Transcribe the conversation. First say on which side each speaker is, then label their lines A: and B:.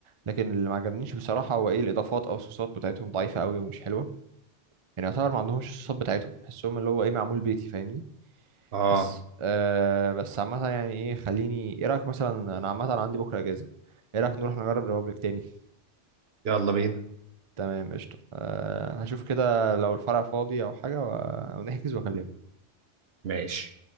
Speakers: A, on the right; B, on the right.
A: لكن اللي ما عجبنيش بصراحة هو إيه الإضافات أو الصوصات بتاعتهم ضعيفة قوي ومش حلوة يعني يعتبر ما عندهمش الصوت بتاعتهم بحسهم اللي هو ايه معمول بيتي فاهمني
B: اه
A: بس آه بس عامة يعني ايه خليني ايه رأيك مثلا انا عامة عندي بكرة اجازة ايه رأيك نروح نجرب ريبابليك تاني
B: يلا بينا
A: تمام قشطة آه هشوف كده لو الفرع فاضي او حاجة و- ونحجز واكلمك
B: ماشي